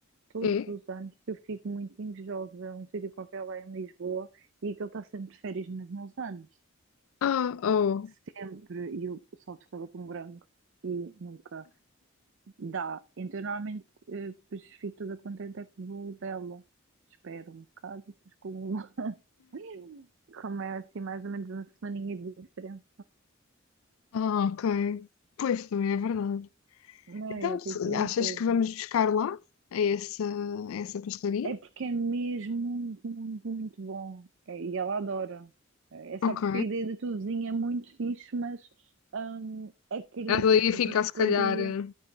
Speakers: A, on the right (about 65°); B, on the left (about 85°).
A: todos
B: É?
A: os anos que eu fico muito invejosa a um sítio qualquer lá em Lisboa e que ele está sempre de férias nos meus anos.
B: Ah, oh,
A: Sempre. E eu sou obcecada com branco e nunca dá. Então, eu normalmente, eh, depois fico toda contente é com o bolo dela. Espero um bocado e depois como, <laughs> como é assim, mais ou menos uma semaninha de diferença.
B: ah, ok. Pois, também é verdade.
A: Não,
B: Então,
A: eu digo-te
B: se-
A: uma
B: achas
A: coisa.
B: que vamos buscar lá, a essa, a essa pastelaria?
A: É porque é mesmo muito, muito bom. É, e ela adora. É é só
B: Ok.
A: porque a ideia da tua vizinha é muito fixe, mas hum, acredito,
B: Ela ia
A: esta
B: ficar,
A: pastelaria.
B: se calhar, eh,